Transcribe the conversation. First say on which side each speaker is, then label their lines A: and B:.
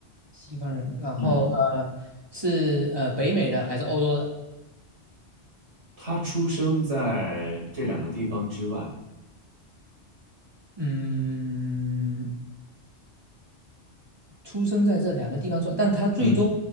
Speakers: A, on the right; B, on the right.
A: 西方人，然后呃，
B: 嗯，
A: 是呃北美的还是欧洲的？
B: 他出生在这两个地方之外，
A: 嗯，出生在这两个地方做，但他最终
B: 嗯